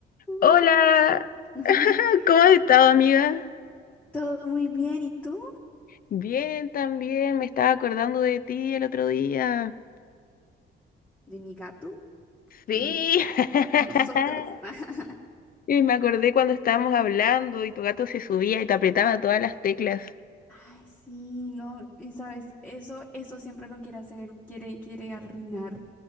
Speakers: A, in the centre; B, on the left.
A: Hola.
B: Hola,
A: <laughs>
B: ¿cómo has estado, amiga?
A: Todo muy bien, ¿y tú?
B: Bien, también, me estaba acordando de ti el otro día.
A: ¿De mi gato?
B: Sí.
A: ¿De mí?
B: <laughs>
A: ¿De nosotros? <laughs>
B: Y me acordé cuando estábamos hablando y tu gato se subía y te apretaba todas las teclas.
A: Ay, sí, no, y sabes, eso, eso siempre lo quiere hacer, él quiere, quiere arruinar